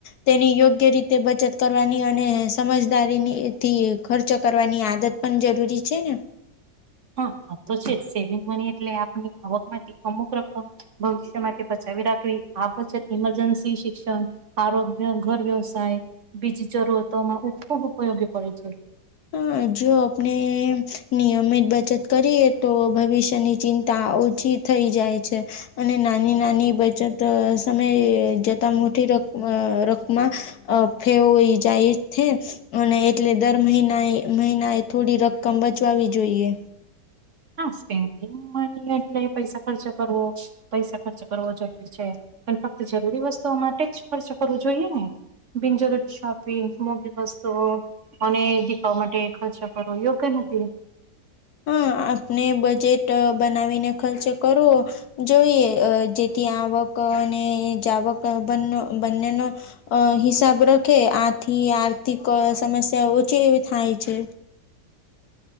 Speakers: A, on the left (about 65°); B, on the right (about 50°).
A: તેની યોગ્ય રીતે બચત કરવાની અને સમજદારીથી ખર્ચ કરવાની આદત પણ જરૂરી છે ને.
B: હા હ તો છે સેવિંગ મની એટલે આપની આવક માંથી અમુક રકમ ભવિષ્ય માટે બચાવી રાખવી આ બચત ઇમરજન્સી શિક્ષણ આરોગ્ય ઘર વ્યવસાય બીજ જરૂરતોમાં ખૂબ ઉપયોગી પડે છે.
A: હ જો આપણે નિયમિત બચત કરીએ તો ભવિષ્યની ચિંતા ઓછી થઈ જાય છે. અને નાની નાની બચત સમયે જતા મોટી રક રકમાં અ ફેઈ જાય છે અને એટલે દર મહિને આ મહિના એ થોડી રકમ બચાવાવી જોઈએ.
B: હા સ્પેન્ડિંગ મની એટલે પૈસા ખર્ચ કરવો પૈસા ખર્ચ કરવો જરૂરી છે. પણ ફક્ત જરૂરી વસ્તુઓ માટે જ ખર્ચ કરવો જોઈએ ને. બિનજરૂરી શોપિંગ મોગી વસ્તુઓ અને દીખાવ માટે ખર્ચો કરવો યોગ્ય નથી.
A: હા આપને બજેટ બનાવીને ખર્ચે કરો જોઈએ અ જે થી આવક અને જાવક બને બંનેનો અ હિસાબ રખે આથી આર્થિક સમસ્યા ઓછી એવી થાય છે.